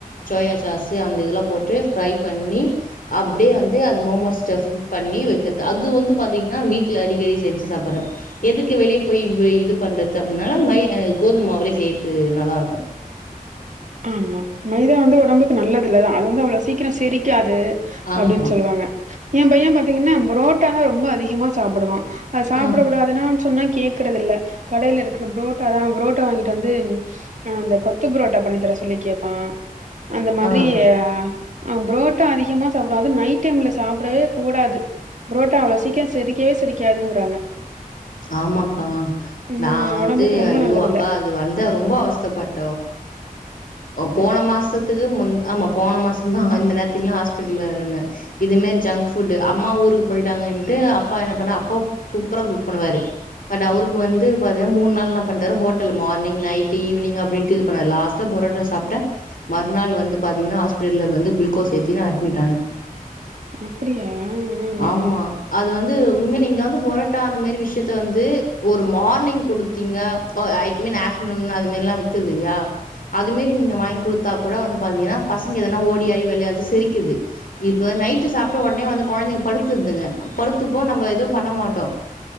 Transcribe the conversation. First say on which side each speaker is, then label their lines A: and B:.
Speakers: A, on the left (about 70°); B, on the right (about 55°).
A: சோயா சாசு அந்த இதெல்லாம் போட்டு ஃப்ரை பண்ணி அப்படியே வந்து அந்த மோமோ ஸ்டஃப் பண்ணி வைக்கது அது வந்து பாத்தீங்கன்னா வீட்டுல அடிக்கடி செஞ்சு சாப்பிடுறேன் எதுக்கு வெளியே போய் இ இது பண்றது அப்படின்னால மை கோதுமாவுலே செய்யறது நல்லா இருக்கும்
B: ஆமா மைதா வந்து உடம்புக்கு நல்லது இல்லதான் அது வந்து அவ்வளவு சீக்கிரம் செரிக்காது து
A: ஆம்.
B: அப்படின்னு சொல்லுவாங்க என் பையன் பார்த்த பார்த்தீங்கன்னா புரோட்டான்னா ரொம்ப அதிகமா சாப்பிடுவான் அது சாப்பிட
A: ஆ.
B: கூடாதுனான் சொன்னா கேக்குறதில்ல கடையில இருக்கிற புரோட்டா தான் புரோட்டா வாங்கிட்டு வந்து கொத்து புரோட்டா பண்ணி தர சொல்லி கேப்பான் அந்த மாதிரி
A: ஆ.
B: அ ஆ புரோட்டா அதிகமாக சாப்பிடோம் அது நைட் டைம்ல சாப்பிடவே கூடாது புரோட்டா அவ்வளோ சீக்கிரம் செரிக்கவே செரிக்காதுங்கிறாங்க
A: ஆமாக்கா
B: ம்.
A: நான் வந்து
B: உடம்புக்கு ரொம்ப
A: ஐயோ
B: நல்லதில்ல.
A: அக்கா அது வந்த ரொம்ப அவஸ்தப்பட்டன் போன மாசத்துக்கு மு ஆமா போன மாசம் தான் இந்த நேரத்துல்லாம் ஹாஸ்பிட்டல்ல இருந்தேன் இதுமாரி ஜங்க் ஃபுட் அம்மா ஊருக்கு போயிட்டாங்கன்ட்டு அப்பா என்ன பண்ண அப்பா சூப்பரா கு பண்ணுவாரு பட் அவருக்கு வந்து பாத்தீங்கன்னா மூணு நாள் என்ன பண்டாரு ஹோட்டல் மார்னிங் நைட் ஈவினிங் அப்படின்டு இது பண்ணாரு லாஸ்ட்டா புரோட்டா சாப்பிட்ட மறுநாள் வந்து பாத்தீங்கன்னா ஹாஸ்பிட்டல்ல வந்து குளுக்கோஸ் ஏத்தி அட்மிட் ஆன
B: அப்படியா? ம்,
A: ஆமா
B: ம்,
A: அது வந்து உண்மைய நீங்க வந்து புரோட்டா அந்த மாதிரி விஷயத்த வந்து ஒரு மார்னிங் குடுத்தீங்க ஐ மீன் ஆஃபடர்நூன் அது மாதிரி எல்லாம் விக்குது இல்லையா அது மாதிரி நீங்க வாங்கி குடுத்தா கூட வந்து பாத்தீங்கன்னா பசங்க எதனா ஓடி ஆடி விளையாடுது செரிக்குது இப்ப நைட் சாப்ட்ட உடனே குழந்தை படுத்துதுங்க படுத்துப்போ நம்ம எதுவும் பண்ண மாட்டோம்